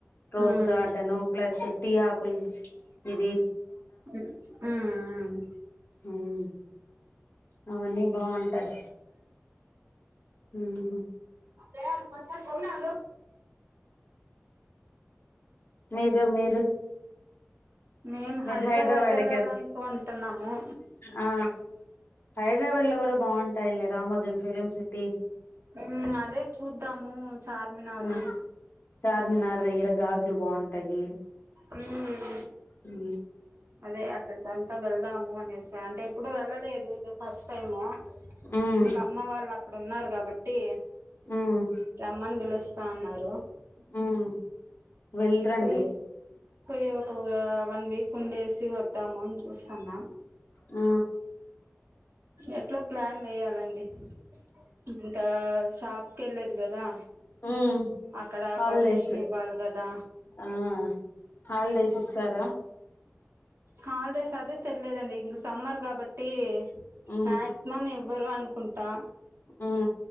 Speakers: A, on the left (about 50°); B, on the right (about 60°).
A: rose
B: మ్మ్
A: గార్డన్ ప్లస్ టీ ఆక్ కుల్ విది
B: మ్మ్ హు హ్మ్
A: మ్మ్ అవన్నీ బాగుంటాయి మ్మ్ హు హు
B: ఏ అంట కొంచంచం పడా ఉదు
A: మీరు మీరు
B: మేమ్ హైదరాబాద్
A: మీరు
B: వెళ్ళాలనుకుంటున్నాము
A: కెల్ ఆ హైదరాబాద్ లో కూడా బాగుంటాయిలే రామోజీం ఫిలిం సిటీ
B: ఉమ్ అదే చూద్దాము చార్మినారు
A: ఆ చార్మినార్ దగ్గర గాజులు బాగుంటాయి
B: మ్మ్
A: అ
B: అదే అక్కడికి అంతా వెళ్దాము అనేస అంటే ఇప్పుడు వెళ్ళలేదు ఇద ఫస్ట్ టైము
A: ఉమ్
B: ఇంకా అమ్మ వాళ్ళ అక్కడ ఉన్నారు కాబట్టి
A: ఉమ్
B: రమ్మాన్ పిలుస్ త అన్నారు
A: ఉమ్ వెళ్ళరండి
B: పొయ్యేసి పోయ్ ఓ ఒగా వన్ వీక్ ఉండేసి వద్దాము చూస్తున్నా
A: ఆ
B: ఎట్లో ప్లాన్ వేయ్యాలండి ఇంకా షాప్ కి వెళ్ళేది కదా
A: ఉ
B: అక్కడ
A: హాలిడేస్
B: పర్మిషన్ ఇవ్వాలి కదా
A: ఆ హాలిడేస్ ఇస్తారా
B: హాలిడేస్ అదే తేల్లేదండి ఇంక సమ్మర్ కాబట్టి
A: ఉమ్
B: మాక్సిమం మేమ్ ఇవ్వరు అనుకుంటా
A: ఆ